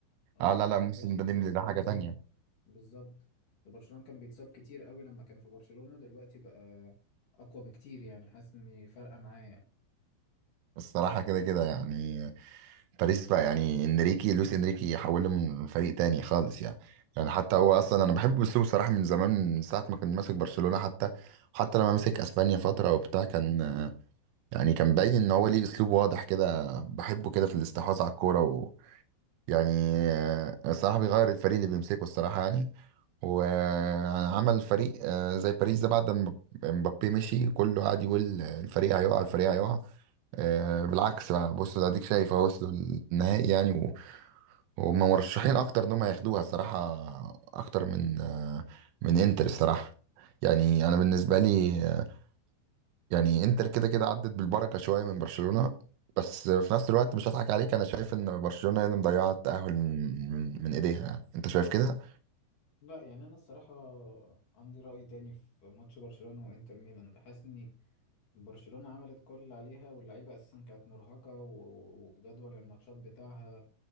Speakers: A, on the left (about 50°); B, on the right (about 80°).
A: اه
B: اه لا لا
A: مبقاش
B: موسم
A: يتصاب
B: ده ديمبلي ده
A: خالص
B: حاجة تانية
A: بالظبط في برشلونة كان بيتصاب كتير قوي لما كان في برشلونة دلوقتي بقى اقوى بكتير يعني حاسس اني فارقة معايا
B: الصراحة كده كده يعني باريس بقى يعني انريكي لويس انريكي حوله من فريق تاني خالص يعني يعني حتى هو اصلا انا بحب اسلوبه صراحة من زمان من ساعة ما كان ماسك برشلونة حتى وحتى لما مسك اسبانيا فترة وبتاع كان يعني كان باين ان هو ليه اسلوب واضح كده بحبه كده في الاستحواذ على الكورة ويعني الصراحة بيغير الفريق اللي بيمسكه الصراحة يعني وعمل فريق آه، زي باريس ده بعد ما مبابي مشي كله قعد يقول الفريق هيقع الفريق هيقع آه، بالعكس بقى بص ده اديك شايف اهو وصلوا النهائي يعني و- وهم مرشحين اكتر ان هم ياخدوها الصراحه اكتر من آه، من انتر الصراحه يعني انا بالنسبه لي آه، يعني انتر كده كده عدت بالبركه شويه من برشلونه بس في نفس الوقت مش هضحك عليك انا شايف ان برشلونه هي اللي مضيعه التاهل من من من ايديها انت شايف كده
A: لا يعني انا الصراحه عندي راي تاني في ماتش برشلونه وانتر ميلان ده حاسس ان برشلونه عملت كل اللي عليها واللعيبه اساسا كانت مرهقه و- وجدول الماتشات بتاعها